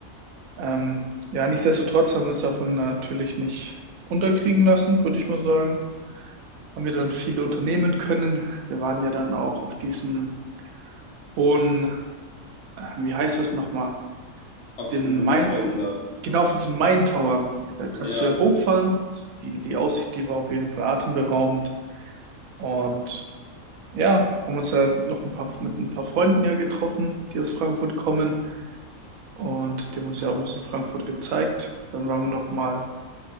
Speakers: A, on the right; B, on the left.
A: Ähm, ja, nichtsdestotrotz haben wir uns davon natürlich nicht unterkriegen lassen, würde ich mal sagen. Haben wir dann viele unternehmen können. Wir waren ja dann auch auf diesem hohen, äh, wie heißt das nochmal?
B: Auf
A: Den
B: diesen
A: Main,
B: Hochhäusern
A: um,
B: da.
A: genau auf diesem Main Tower. Da kannst
B: Ja.
A: du ja hochfahren. Die, die Aussicht, die war auf jeden Fall atemberaubend. Und ja, haben uns ja noch ein paar mit ein paar Freunden ja getroffen, die aus Frankfurt kommen. Und die haben uns ja auch ein bisschen Frankfurt gezeigt. Dann waren wir noch mal